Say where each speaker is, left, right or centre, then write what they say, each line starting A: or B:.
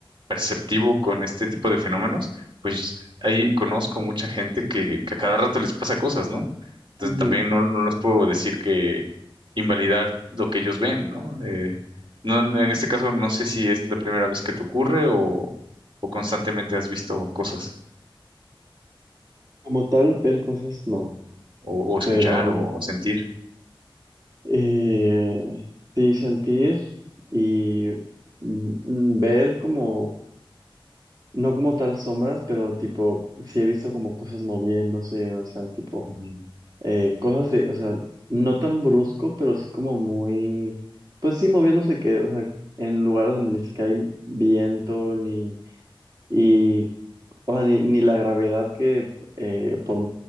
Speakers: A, on the right; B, on the right.
A: activo con este tipo de fenómenos, pues ahí conozco mucha gente que, que a cada rato les pasa cosas, ¿no? Entonces
B: Ujú.
A: también no, no les puedo decir que invalidar lo que ellos ven, ¿no? Eh, no, no, en este caso no sé si es la primera vez que te ocurre o, o constantemente has visto cosas
B: Como tal, ver cosas no,
A: o, o escuchar
B: pero
A: o, sentir.
B: eh, sí sentir y mm, ver como No como tal sombras, pero tipo, sí he visto como cosas moviéndose, o sea, tipo,
A: Ujú.
B: eh, cosas de, o sea, no tan brusco, pero sí como muy, pues sí moviéndose que, o sea, en lugares donde ni siquiera hay viento, ni, y, o sea, ni, ni la gravedad que, eh, por,